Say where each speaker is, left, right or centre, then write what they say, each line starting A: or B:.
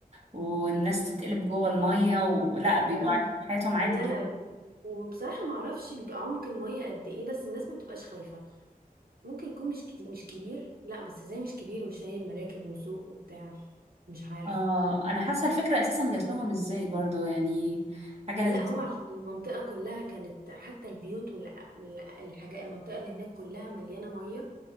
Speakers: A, on the right; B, on the right.
A: والناس تتقلب جوه المية ولا بيبقوا
B: <laughs>
A: عايشين حياتهم عادي
B: لا لا وبصراحه ما اعرفش بيبقى عمق الميه قد ايه بس الناس ما بتبقاش خايفه ممكن يكون مش كتير مش كبير لا بس ازاي مش كبير وشايل مراكب وسوق وبتاع مش عارف
A: اه انا حاسه الفكره اساسا جات لهم ازاي برضو يعني حاجه لذيذه
B: لا هو عشان المنطقة كلها كانت حتى البيوت والحاجات المنطقة اللي هناك كلها مليانة مية